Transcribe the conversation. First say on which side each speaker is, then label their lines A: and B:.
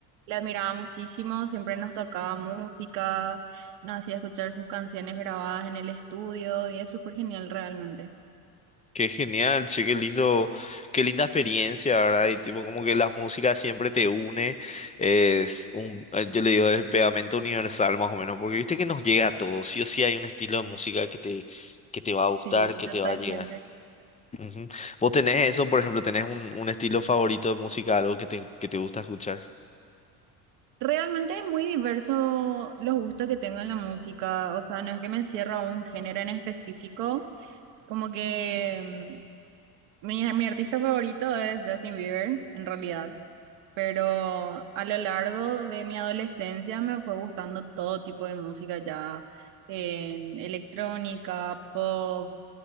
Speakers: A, on the right (about 65°); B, on the left (about 15°).
A: le admiraba muchísimo, siempre nos tocaba músicas, nos hacía escuchar sus canciones grabadas en el estudio y es súper genial realmente.
B: Qué genial, che, qué lindo, qué linda experiencia, ¿verdad? Y tipo, como que la música siempre te une, es un, eh, yo le digo, el pegamento universal más o menos, porque viste que nos llega a todos, sí o sí hay un estilo de música que te, que te va a gustar,
A: Sí,
B: que
A: totalmente.
B: te va a llegar. Ujú. ¿Vos tenés eso, por ejemplo, tenés un, un estilo favorito de música, algo que te, que te gusta escuchar?
A: Realmente es muy diverso los gustos que tengo en la música, o sea, no es que me cierro a un género en específico, como que mm, mi, mi artista favorito es Justin Bieber, en realidad, pero a lo largo de mi adolescencia me fue gustando todo tipo de música ya, en electrónica, pop,